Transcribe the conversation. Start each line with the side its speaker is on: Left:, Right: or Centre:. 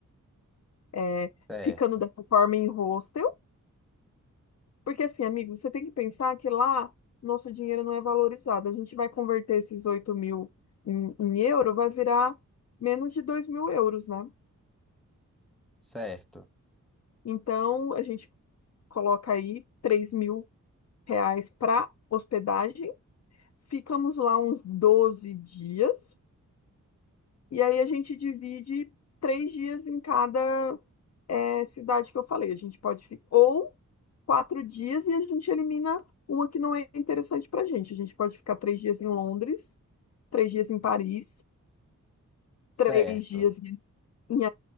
Left: é,
Centre: Certo,
Left: ficando dessa forma em hostel, porque assim, amigo, você tem que pensar que lá nosso dinheiro não é valorizado. A gente vai converter esses 8 mil em, em euro, vai virar menos de 2 mil euros, né?
Centre: certo,
Left: Então, a gente coloca aí 3.000 reais para hospedagem. Ficamos lá uns 12 dias e aí a gente divide três dias em cada eh, cidade que eu falei. A gente pode ficar ou quatro dias e a gente elimina uma que não é interessante para a gente. A gente pode ficar três dias em Londres, três dias em Paris,
Centre: certo.
Left: três dias em em